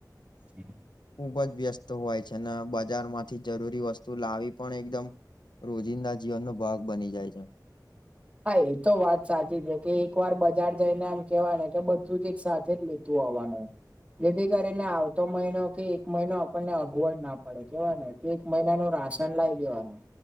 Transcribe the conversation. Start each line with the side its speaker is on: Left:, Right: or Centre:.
Right: હમ્મ.
Left: ખુબ જ વ્યસ્ત હોય છે ને બજાર માંથી જરૂરી વસ્તુ લાવી પણ એકદમ રોજિંદા જીવનનો ભાગ બની જાય છે.
Right: હા એ તો વાત સાચી છે કે એક વાર બજાર જઈને એમ કેવાય ને કે બધું જ એક સાથે જ લઇ તું આવાનો. જેથી કરીને આવતો મહિનો થી એક મહિનો આપણને અગવડ ના પડે કેવાય ને. એક મહિનાનું રાશન લાઇ દેવાનું